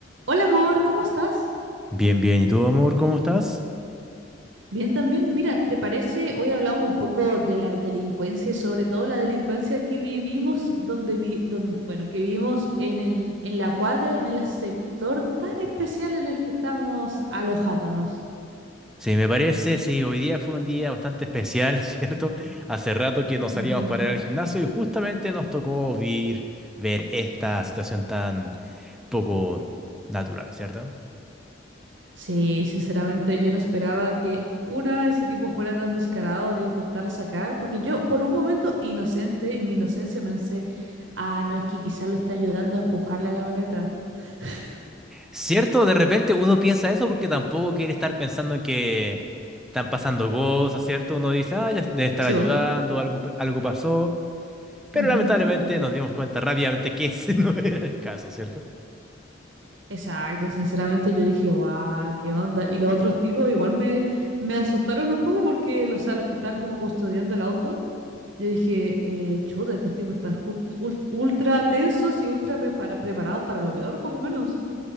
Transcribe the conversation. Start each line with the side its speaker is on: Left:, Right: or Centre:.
Right: Hola amor, ¿cómo estás?
Centre: Bien, bien. ¿Y tú, amor, cómo estás?
Right: Bien también. Mira, ¿te parece? Hoy hablamos un poco de la delincuencia y sobre todo la delincuencia que vivimos donde vi, don- bueno, que vivimos en el, en la cuadra, en el sector tan especial en el que estamos alojándonos.
Centre: Sí, me parece, sí, hoy día fue un día bastante especial, <laughs> ¿cierto? Hace rato que nos salíamos
Right: Ujú.
Centre: para ir al gimnasio y justamente nos tocó vir- ver esta situación tan poco natural, ¿cierto?
Right: Sí, sinceramente yo no esperaba que una, ese tipo fuera tan descarado de intentar sacar, porque yo por un momento inocente, en mi inocencia pensé, ah, no, es que quizás lo está ayudando a empujar la camioneta. <laughs>
Centre: Cierto, de repente uno piensa eso porque tampoco quiere estar pensando en que están pasando cosas, ¿cierto? Uno dice, ah, ya debe estar
Right: Sí,
Centre: ayudando, algo, pe- algo pasó, pero
Right: vos.
Centre: lamentablemente nos dimos cuenta rápidamente que ese <laughs> no era el caso, ¿cierto?
Right: Exacto, sinceramente yo dije, guau, qué onda. Y los otros tipos igual me, me asustaron un poco porque los, o sea, los que estaban como custodiando el auto, yo dije, eh, chuta, estos tipos están jus- ult- ultra tensos y ultra prepara- preparados para lo peor, poco menos.